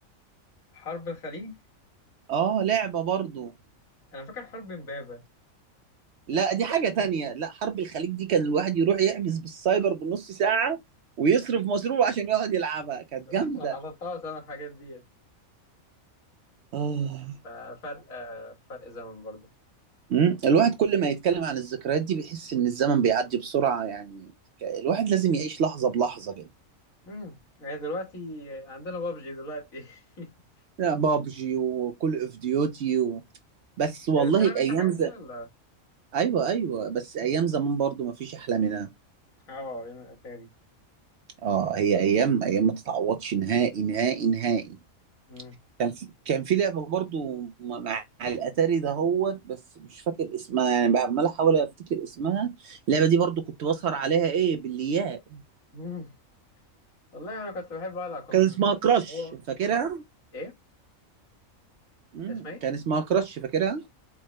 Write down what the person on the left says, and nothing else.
حرب الخليج
أنا فاكر حرب إمبابة
<laughs>
حضرتها بسبب الحاجات ديت
ففرق آه، فرق زمن برضه
امم هي دلوقتي عندنا بابجي دلوقتي <laughs>
بتلعب أنت
الحاجات دي ولا؟
اه يوم الأتاري
امم
أمم. والله أنا كنت بحب أقعد على الكمبيوتر
هو
إيه؟
كان اسمها إيه؟